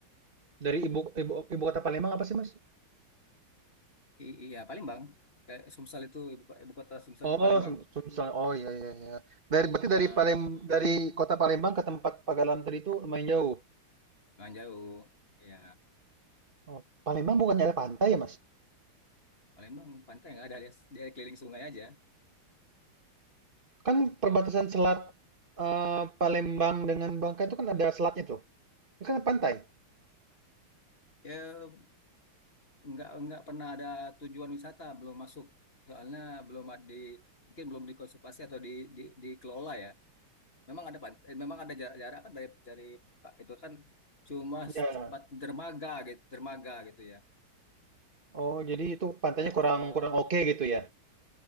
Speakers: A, on the right; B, on the left.
A: dari ibu ibu ibu kota Palembang apa sih Mas?
B: I- iya, Palembang. Kayak Sumsel itu ibu, ko- ibu kota Sumsel
A: Oh,
B: itu Palembang.
A: Sum Sumsel. Oh, iya iya iya. Dari berarti
B: Heeh,
A: dari Palem dari kota Palembang ke tempat Pagalan tadi itu lumayan jauh.
B: nggak jauh. Ya,
A: Oh, Palembang bukannya ada pantai ya, Mas?
B: Palembang pantai nggak ada, dia, dia keliling sungai aja.
A: Kan perbatasan selat eh, Palembang dengan Bangka itu kan ada selatnya tuh. Itu kan pantai.
B: Ya, nggak nggak pernah ada tujuan wisata, belum masuk. Soalnya belum ada di mungkin belum dikonservasi atau di, di, dikelola ya. Memang ada pantai, memang ada jarak, jarak kan dari dari Pak, itu kan cuma
A: Iya.
B: sempat dermaga gitu, dermaga gitu ya.
A: Oh, jadi itu pantainya
B: Heeh.
A: kurang kurang oke gitu ya.